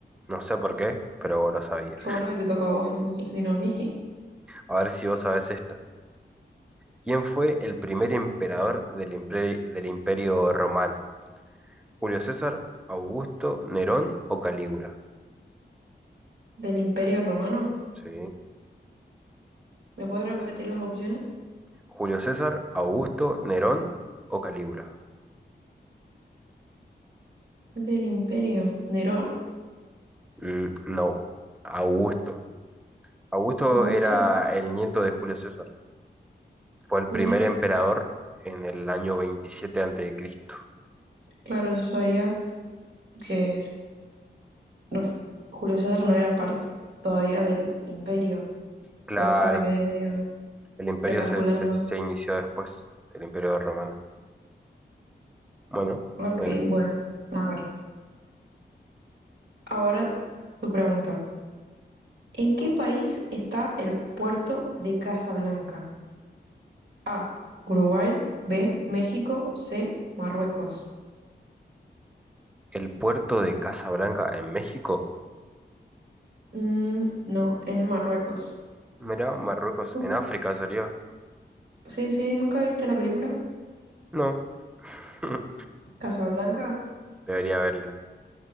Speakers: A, in the centre; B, on the right.
A: no sé por qué, pero vos lo sabías.
B: Qué bueno que te toca a vos entonces, y no a mí. <laughs>
A: A ver si vos sabés esta. ¿Quién fue el primer emperador del imperio, del Imperio Romano? ¿Julio César, Augusto, Nerón o Calígula?
B: ¿Del Imperio Romano?
A: Sí.
B: ¿Me puedes repetir las opciones?
A: ¿Julio César, Augusto, Nerón o Calígula?
B: Del Imperio. ¿Nerón?
A: Mm, no, Augusto. Augusto
B: ¿Augusto?
A: era el nieto de Julio César. Fue el
B: Mira,
A: primer emperador en el año 27 antes de Cristo.
B: claro, yo sabía que no, Julio César no era parte todavía del imperio,
A: Claro,
B: por eso me quedé medio
A: el imperio
B: recalculando.
A: se, se- se inició después, el imperio romano. Bueno,
B: Ok,
A: eh,
B: bueno, a ver. Ahora tu pregunta. ¿En qué país está el puerto de Casablanca? A. Uruguay. B. México. C. Marruecos.
A: el puerto de Casablanca en México.
B: Mm, no, en Marruecos.
A: Mirá, Marruecos
B: Uh,
A: en África sería.
B: sí, sí, ¿nunca viste la película?
A: No, <laughs>
B: Casablanca.
A: debería haberla.